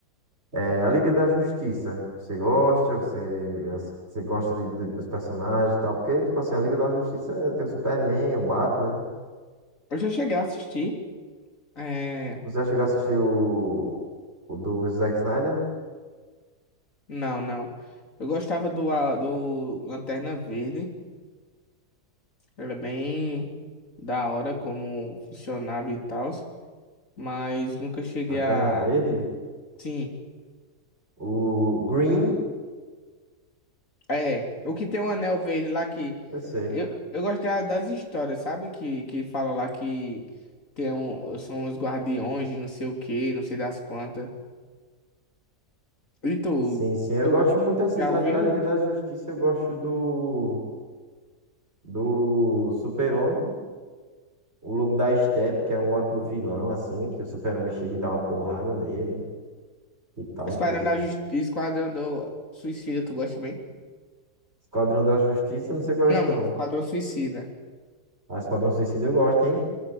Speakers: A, on the right (about 40°); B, on the left (about 50°).
A: é a Liga da Justiça. Você gosta, você, as- você gosta de- de- dos personagens e tal, porque, tipo assim, a Liga da Justiça é, tem o Superman, o Batman, né?
B: Eu já cheguei a assistir. é,
A: Você já chegou a assistir o, o do Zack Snyder,
B: Não, não. Eu gostava do, a- do Lanterna Verde. Era bem da hora como funcionava e tal. Mas nunca cheguei
A: Lanterna
B: a.
A: Verde,
B: Sim.
A: o Green.
B: É. O que tem um anel verde lá que.
A: Eu sei.
B: Eu, eu gosto da- das histórias, sabe? Que, que fala lá que tem um, são os guardiões de não sei o que, não sei das quantas. E tu,
A: Sim, sim. Eu
B: tu
A: gosto muito assim
B: já
A: da,
B: ouviu?
A: da Liga da Justiça. Eu gosto do, do Super-Homem, o Lobo da Estepe, que é um ótimo vilão, assim, que o Super-Homem chega e dá uma porrada nele e tal,
B: Esquadrão
A: inclusive.
B: da Justi- Esquadrão do Suicida, tu gosta bem?
A: Esquadrão da Justiça, não sei qual é
B: Não,
A: esse, não.
B: Esquadrão Suicida.
A: Ah, Esquadrão Suicida eu gosto, hein?